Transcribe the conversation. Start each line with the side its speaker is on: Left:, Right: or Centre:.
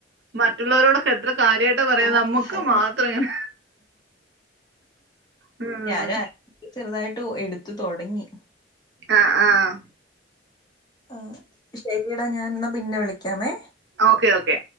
Right: മറ്റുള്ളവരോടൊക്കെ എത്ര കാര്യയിട്ടാ പറയുന്ന
Left: ആ
Right: നമ്മുക്ക്
Left: കാര്യായിട്ട്
Right: മാത്രം മ്മ്
Left: <unintelligible> ചെറുതാട്ടു എടുത്ത് തൊടങ്ങി
Right: ആഹ് ആഹ്
Left: ആഹ് ശരിടാ ഞൻ ന്ന പിന്നെ വിളിക്കാമേ
Right: ഓക്കെ ഓക്കെ